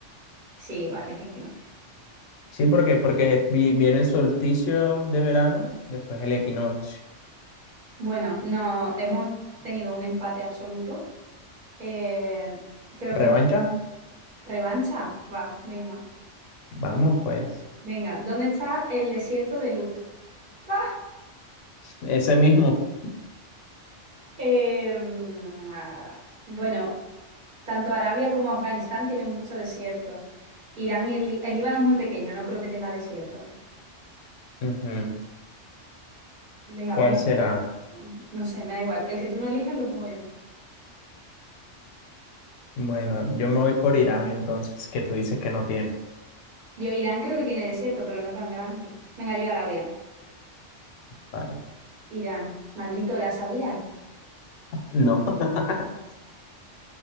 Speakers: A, on the right; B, on the left.
A: Sí, vale, es equinoccio.
B: Sí, porque, porque vi- viene el solsticio de verano, después el equinoccio.
A: Bueno, no, hemos tenido un empate absoluto. Eh, creo
B: ¿Revancha?
A: que revancha. Va, venga.
B: Vamos, pues.
A: Venga, ¿dónde está el desierto de Lut? va
B: Ese mismo.
A: Em, ah, bueno, tanto Arabia como Afganistán tienen mucho desierto. Irán y el, Lí- el Líbano es muy pequeño, no creo que tenga desierto.
B: Ujú.
A: Venga,
B: ¿Cuál
A: ponte.
B: será?
A: No sé, me da igual. El que tú no elijas lo pongo yo.
B: Bueno, yo me voy por Irán entonces, que tú dices que no tiene.
A: Yo, Irán creo que tiene desierto, pero no tan grande. Venga, yo Arabia.
B: Vale.
A: Irán. Maldito, ¿la sabías?
B: No, <laughs>